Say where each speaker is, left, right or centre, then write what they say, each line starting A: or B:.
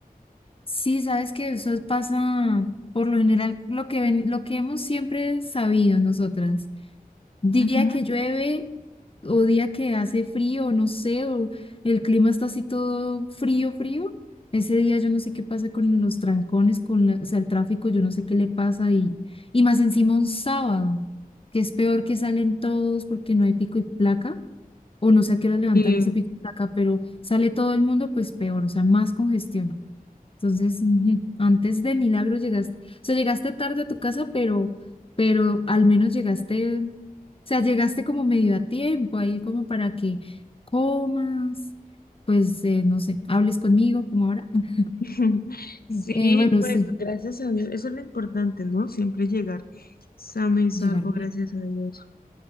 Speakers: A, on the left (about 35°); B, on the left (about 80°).
A: Sí, sabes que eso es- pasa por lo general lo que ven, lo que hemos siempre sabido nosotras. Día
B: Ujú.
A: que llueve o día que hace frío, no sé, o el clima está así todo frío, frío. Ese día yo no sé qué pasa con los trancones, con la- o sea, el tráfico, yo no sé qué le pasa y, y más encima un sábado, que es peor que salen todos porque no hay pico y placa, o no sé a qué hora levantan
B: Sí.
A: ese pico y placa, pero sale todo el mundo, pues peor, o sea, más congestión. Entonces, ujú, antes de milagro llegaste, o sea, llegaste tarde a tu casa, pero, pero al menos llegaste, o sea, llegaste como medio a tiempo ahí como para que comas, pues, eh, no sé, hables conmigo como ahora. <laughs>
B: <laughs> Sí,
A: Eh, bueno,
B: pues
A: sí,
B: gracias a Dios, eso es lo importante, ¿no? Siempre llegar sano y salvo,
A: llegar bien.
B: gracias a Dios.